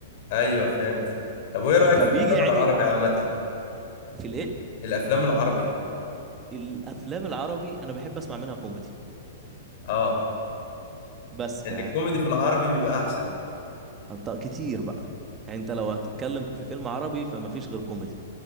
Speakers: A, on the left (about 55°); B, on the right (about 25°).
A: ايوه فهمت طب وايه رايك
B: فبيجي
A: في الافلام
B: يعني
A: العربي عامه
B: في الايه
A: الافلام العربي
B: الافلام العربي انا بحب اسمع منها كوميدي
A: اه
B: بس
A: ان
B: ف
A: الكوميدي في العربي بيبقى احسن
B: أط- كتير بقى يعني انت لو هتتكلم في فيلم عربي فما فيش غير كوميدي